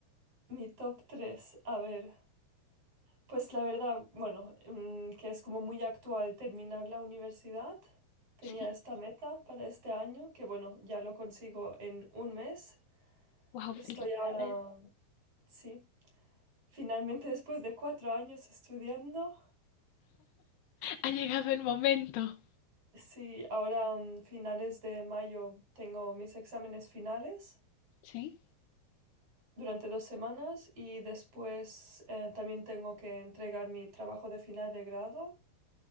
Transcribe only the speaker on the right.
Mi top 3 a ver, pues la verdad, bueno, mm, que es como muy actual terminar la universidad, tenía
esta meta para este año, que bueno, ya lo consigo en un mes.
Estoy
ahora, sí, finalmente después de cuatro años estudiando,
sí, ahora mm, finales de mayo tengo mis exámenes finales
durante dos semanas y después eh, también tengo que entregar mi trabajo de final de grado